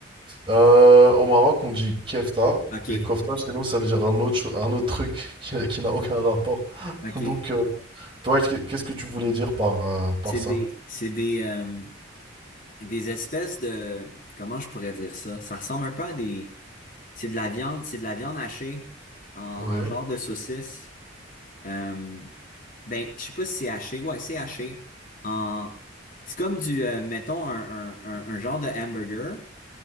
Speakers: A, on the right; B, on the left.
A: Euh, au Maroc, on dit kefta
B: OK,
A: et kofta chez nous, ça veut dire un autre, cho- un autre truc <laughs> qui, qui n'a aucun rapport. <laughs>
B: OK.
A: Donc, euh, toi, qu'est- qu'est-ce que tu voulais dire par, euh, par
B: C'est
A: ça?
B: des, c'est des, euh, des espèces de... Comment je pourrais dire ça? Ça ressemble un peu à des... C'est de la viande, c'est de la viande hachée en, en
A: Oui,
B: genre de saucisse. Euh, ben, je sais pas si c'est haché. Ouais, c'est haché. En... C'est comme du, euh, mettons, un, un- un- un genre de hamburger,